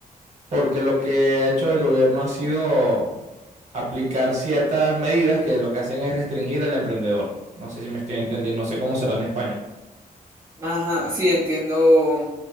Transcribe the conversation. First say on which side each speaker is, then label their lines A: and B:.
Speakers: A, on the right; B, on the right.
A: porque lo que ha hecho el gobierno ha sido aplicar ciertas medidas que lo que hacen es restringir al emprendedor. No sé si me estoy entendiendo, no sé cómo será en España.
B: Ajá, sí, entiendo.